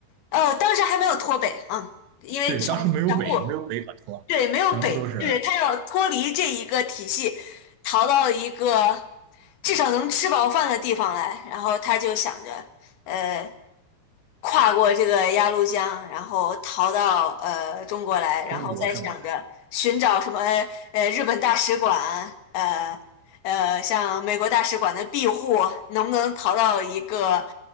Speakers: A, on the left; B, on the right.
A: 呃，当时还没有脱北，嗯，因为全全部。
B: 对，当时没有北，没有北可托，
A: 对，没有北，
B: 全部都是
A: 对，他要脱离这一个体系，逃到一个至少能吃饱饭的地方来，然后他就想着，呃，跨过这个鸭绿江，然后逃到呃中国来，然后再想着寻找什么
B: 中国是吗？
A: 呃日本大使馆，呃呃像美国大使馆的庇护，能不能逃到一个